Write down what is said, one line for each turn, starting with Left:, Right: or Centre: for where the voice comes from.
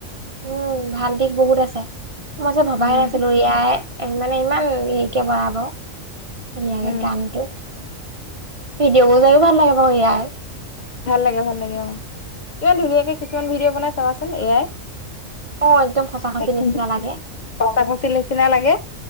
Right: উম ভাল দিশ বহুত আছে মই যে ভবাহে
Left: উম
Right: নাছিলো ইয়াই মানে ইমান হেৰিকে বঢ়াব ধুনীয়াকে
Left: উম
Right: গানটো ভিডিঅ' বজাইও ভাল লাগে বাৰু ইয়াই
Left: ভাল লাগে ভাল লাগে অ ইমান ধুনীয়াকে কিছুমান ভিডিঅ' বনাই চাবাচোন এ আই
Right: অ একদম সঁচা সঁচি
Left: তাকে
Right: নিচিনা লাগে
Left: সঁচা সচিব নিচিনা লাগে